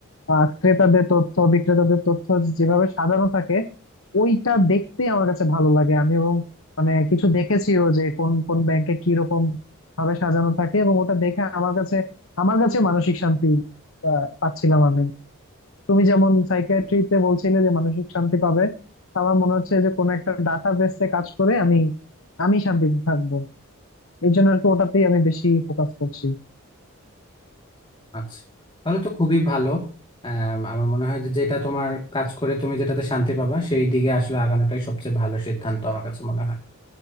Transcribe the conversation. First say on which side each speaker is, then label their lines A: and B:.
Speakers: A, on the left; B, on the left.
A: আহ, ক্রেতাদের তথ্য বিক্রেতাদের তথ্য যেভাবে সাজানো থাকে ওইটা দেখতেই আমার কাছে ভালো লাগে আমি এবং মানে কিছু দেখেছিও যে কোন কোন ব্যাংকে কি রকম ভাবে সাজানো থাকে এবং ওটা দেখে আমার কাছে আমার কাছে মানসিক শান্তি আহ, পাচ্ছিলাম আমি তুমি যেমন সাইকিয়াট্রিতে বলছিলে যে মানসিক শান্তি পাবে আমার মনে হচ্ছে যে কোনো একটা ডাটা বেসে কাজ করে আমি আমি শান্তিতে থাকবো এই জন্য আর কি ওটাতেই আমি বেশি ফোকাস করছি
B: আচ্ছা তাহলে তো খুবই ভালো আম, আমার মনে হয় যে যেটা তোমার কাজ করে তুমি যেটাতে শান্তি পাবা সেই দিকে আসলে আগানোটাই সবচেয়ে ভালো সিদ্ধান্ত আমার কাছে মনে হয়